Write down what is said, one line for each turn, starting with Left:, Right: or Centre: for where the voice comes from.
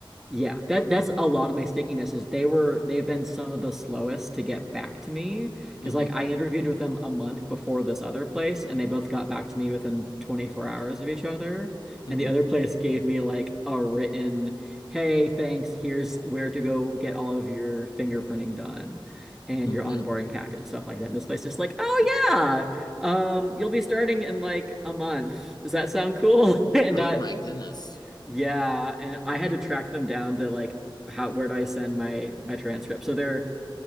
Centre: Yeah, that that's a lot of my stickiness is they were they've been some of the slowest to get back to me because
Left: Mm-hmm.
Centre: like I interviewed with them a month before this other place and they both got back to me within 24 hours of each other
Left: Mm-hmm.
Centre: and the other place gave me like a written hey thanks here's where to go get all of your fingerprinting done and
Left: Mm-hmm.
Centre: your onboarding packet and stuff like that and this place is like oh yeah um you'll be starting in like a month does that sound cool <laughs> and
Left: Oh
Centre: not
Left: my goodness.
Centre: yeah, and I had to track them down to like how where do I send my my transcript. So they're